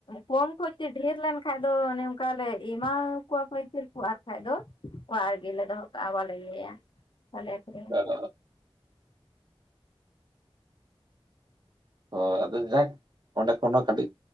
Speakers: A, on the left; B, on the right.
A: ᱠᱚᱢ ᱠᱷᱚᱡ ᱛᱮ ᱰᱷᱮᱨ ᱞᱮᱱ ᱠᱷᱟᱡ ᱫᱚ ᱚᱱᱮ ᱚᱱᱠᱟ ᱞᱮ ᱮᱢᱟ ᱟᱠᱚᱣᱟ ᱯᱟᱹᱭᱠᱟᱹᱨ ᱠᱚ ᱟᱨ ᱠᱟᱷᱡ ᱫᱚ ᱚᱲᱟᱜ ᱨᱮᱜᱮ ᱞᱮ ᱫᱚᱦᱚ ᱠᱟᱜᱼᱟ ᱵᱟᱞᱮ ᱤᱭᱟᱹᱭ ᱟ ᱵᱟᱞᱮ ᱟᱹᱠᱷᱨᱤᱧ
B: <unintelligible> ᱦᱳᱭ ᱟᱫᱚ ᱡᱟᱠ ᱚᱸᱰᱮ ᱠᱷᱚᱱ ᱦᱚᱸ ᱠᱟᱹᱴᱤᱡ